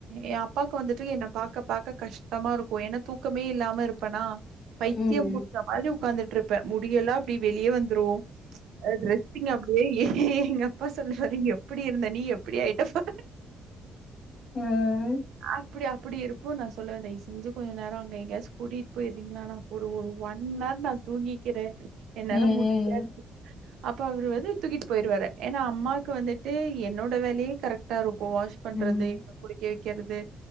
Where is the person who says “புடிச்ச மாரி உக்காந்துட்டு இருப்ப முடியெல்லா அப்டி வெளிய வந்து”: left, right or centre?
Right